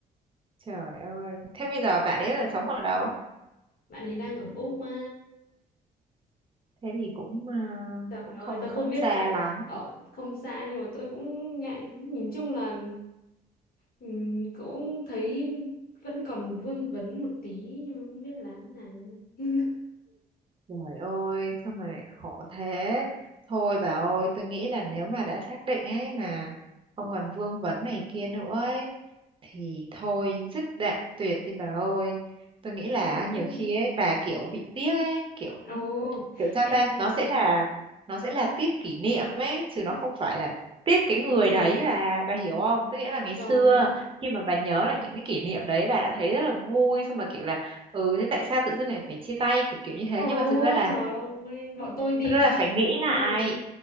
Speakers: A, on the right; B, on the left.
A: Trời ơi. Thế bây giờ bạn
B: Ừ.
A: ấy là sống ở đâu?
B: bạn ấy đang ở Úc mà
A: Thế thì cũng ờ,
B: trời
A: cũng
B: ơi
A: không
B: tôi
A: không
B: không biết
A: xa
B: ra
A: lắm.
B: ở không xa nhưng mà tôi cũng ngại nhìn chung là ừm, cũng thấy vẫn còn vương vấn một tí nhưng mà không biết làm nào <laughs>
A: Trời ơi, sao mà lại khổ thế? Thôi bà ơi, tôi nghĩ là nếu mà đã xác định ấy mà không còn vương vấn này kia nữa ấy, thì thôi dứt đoạn tuyệt đi bà ơi. Tôi nghĩ
B: nhưng
A: là
B: mà
A: nhiều
B: rất
A: khi ấy bà kiểu bị tiếc ấy, kiểu
B: Ồ,
A: kiểu sao
B: ê,
A: ta nó sẽ là nó sẽ là tiếc kỷ niệm ấy chứ
B: tức-
A: nó không phải là tiếc cái người
B: ừm,
A: đấy là bà hiểu không tức nghĩa là ngày xưa
B: trời,
A: khi mà bà nhớ lại những cái kỷ niệm đấy bà đã thấy rất là vui xong mà kiểu là ừ thế tại sao tự dưng lại phải chia tay kiểu kiểu như thế
B: ồ,
A: nhưng mà thực ra là
B: trời ơi, bọn tôi đi
A: thực ra là
B: đi
A: phải nghĩ
B: khắp
A: lại
B: nơi với nhau.